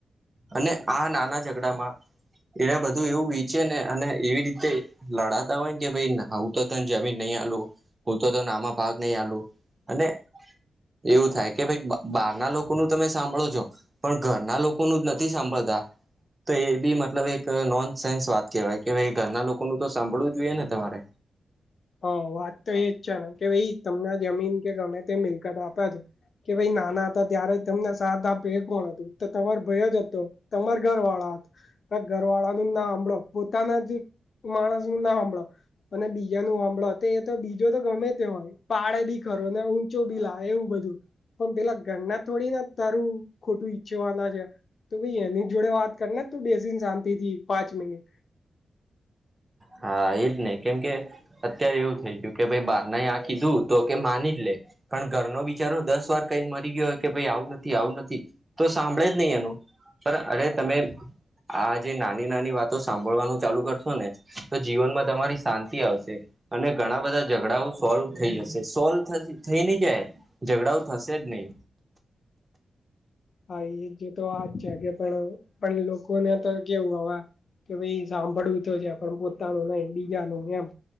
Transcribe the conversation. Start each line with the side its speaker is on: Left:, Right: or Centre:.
Right: અને આ નાના ઝઘડા માં એ બધું એવું વિચે ને અને એવી રીતે લડાતા હોય ને કે ભાઈ હું તો તને જમીન નહી આલું, હું તો તને આમાં ભાગ નહી આલુ. અને, એવું થાય કે ભાઈ બહારના લોકોનું તમે સાંભળો છો. પણ ઘરના લોકોનું જ નથી સાંભળતા. તો એ બી મતલબ એક નોન સેન્સ વાત કેહેવાય કે ભાઈ ઘરના લોકોનું તો સાંભળવું જોઈએ ને તમારે.
Left: હ વાત તો એ જ છે ને કે ભાઈ તમને જમીન કે ગમે તે મિલકત આપે છે. કે ભાઈ નાના હતા ત્યારે તમને સાતા ભેટ મળું તમાર ભયો જ હતો, તમારા ઘર વાળા હતો, ઘર વાળા ના સાંભળો પોતાના જ માણસ નું ના સાંભળો, અને બીજા નું સાંભળ એ તો બીજો તો ગમે તે હોય પાડે બી ખરો ને ઊંચો બી લ એવું બધું. પણ પેલા ગણના થોડી ના તારું ખોટું ઈચ્છવાના છે તો ભાઈ એની જોડે વાત કરીને તો બેસીને શાંતિથી પાંચ મિનિટ.
Right: હા એજ નઈ કેમ કે અત્યારે એવું થઈ ગયું કે ભાઈ બારના એ આ કીધું તો કે માની જ લે. પણ ઘરનો બિચારો દસ વાર કઈ મરી ગયો હો કે ભાઈ આવું નથી આવું નથી. તો સાંભળે જ નહી એનું, પણ અરે તમે આ જે નાની નાની વાતો સાંભળવાનું ચાલુ કરશો ને તો જીવનમાં તમારી શાંતિ આવશે અને ઘણા બધા ઝઘડાઓ સોલ્વ થઈ જશે, સોલ્વ થસ થઈ નહી જાય ઝઘડાઓ થશે જ નહી.
Left: હા એ જે તો વાજ છે કે, પેલો કોને તો કેવું હવે કે ભાઈ સાંભળવુ તો છે, પણ પો તાનો નહી બીજા નુ એમ,